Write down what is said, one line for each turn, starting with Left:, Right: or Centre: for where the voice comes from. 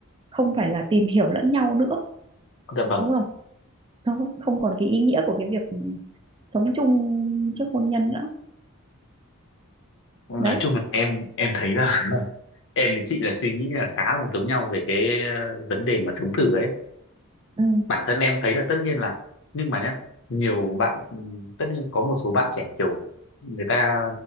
Right: không phải là tìm hiểu lẫn nhau nữa
Left: dạ vâng
Right: đúng không nó không còn cái ý nghĩa của cái việc sống chung trước hôn nhân nữa
Left: nói
Right: đấy
Left: chung là em em thấy là <laughs> em với chị là suy nghĩ là khá là giống nhau về cái ờ, vấn đề mà sống thử ấy
Right: ừ
Left: bản thân em thấy là tất nhiên là nhưng mà nhá nhiều bạn ừm, tất nhiên có một số bạn trẻ kiểu người ta